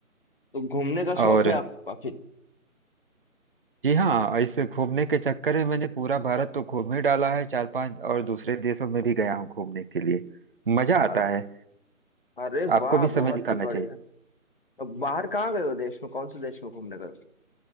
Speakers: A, on the left; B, on the right.
A: तो घूमने का
B: और
A: शौक है आपको काफी
B: जी हाँ इस घूमने के चक्कर में मैंने पूरा भारत तो घूम ही डाला है चार पांच और दूसरे देशों में भी गया हूँ घूमने के लिए मजा आता
A: अ-
B: है
A: अरे
B: आपको
A: वाह
B: भी
A: बहुत
B: समय निकालना
A: ही बढ़िया
B: चाहिए
A: तो बाहर कहाँ गए हो देश में कौन से देश में घूमने गए